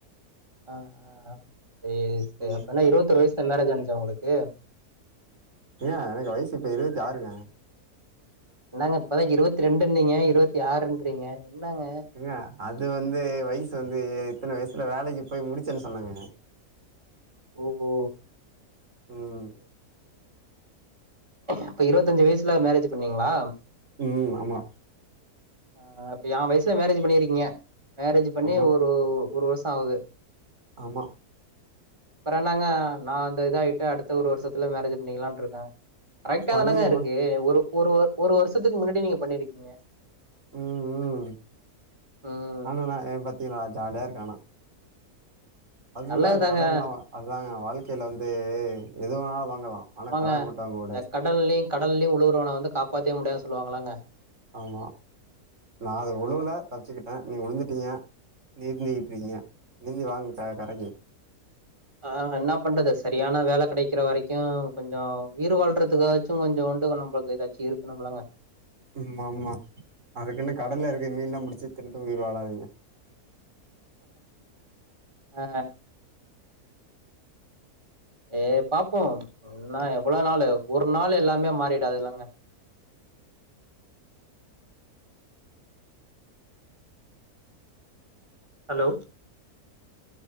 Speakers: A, on the right; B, on the right.
A: ஆ அ அ செரி செரி
B: ம்.
A: அப்பனா இருவத்தொரு வயசுல மேரேஜ் ஆனுச்சா உங்களுக்கு
B: ஏ எனக்கு வயசு இப்ப இருவத்தி ஆறுங்க
A: என்னங்க இப்பதா இருவத்தி ரெண்டுன்னிங்க இருவத்தி ஆறுன்றீங்க என்னங்க
B: ஏங்க அது வந்து வயசு வந்து இத்தன வயசுல வேலைக்கு போய் முடிச்சேன்னு சொன்னாகங்க
A: ஓ ஒ
B: ம்
A: இப்ப இருவத்தஞ்சு வயசுல மேரேஜ் பண்ணீங்களா
B: ம் ஆமா
A: ஆ இப்ப எ வயசுல மேரேஜ் பண்ணிருக்கீங்க மேரேஜ் பண்ணி
B: ஆமா.
A: ஒரு ஒரு வருசோ ஆவுது
B: ஆமா
A: அப்றோ என்னாங்க நா அந்த இதாயிட்டு அடுத்த ஒரு வருஷத்துல மேரேஜ் பண்ணிக்கலான்ருக்க கரைட்டா
B: பண்ணுங்கப்பா
A: தானங்க இருக்கு ஒரு ஒரு ஒரு வருஷத்துக்கு முன்னாடி நீங்க பண்ணிருக்கீங்க
B: ம் ம்
A: ம்
B: ஆனா நா பாத்திங்களா ஜாலியா இருக்க அனா அதுக்குதா
A: நல்லதுதாங்க
B: கடன்ல்லா அதுதாங்க வாழ்க்கையில ந்து எதுவேணா வாங்கலா ஆனா
A: ஆமாங்க
B: கடன் மட்டு வாங்க கூடாது
A: இந்த கடல்லியு கடன்லியு உழுவுறவன வந்து காப்பாத்தே முடியாதுனு சொல்வாங்களங்க
B: ஆமா நா அது
A: ஆ
B: உழுல தப்பிச்சுக்கிட்ட நீங்க உழுந்துட்டீங்க நீந்திட்டு இருக்கீங்க நீந்தி வாங்க க கரைக்கு
A: ஆ என்ன பண்றது சரியான வேல கெடைக்கிற வரைக்கு கொஞ்சோ உயிர் வாழ்றது அதுக்காச்சோ கொஞ்சோண்டு நம்மளுக்கு லக்கி இருக்கணும்லங்க
B: ஆமா ஆமா அதுக்குனு கடல்ல இருக்க மீன்ல்லா முடிச்சு தின்னுட்டு உயிர் வாழாதிங்க
A: ஆ ஏ பாப்போ என்னா எவ்ளோ நாளு ஒரு நாள் எல்லாமே மாறிடாதிலங்க ஹலோ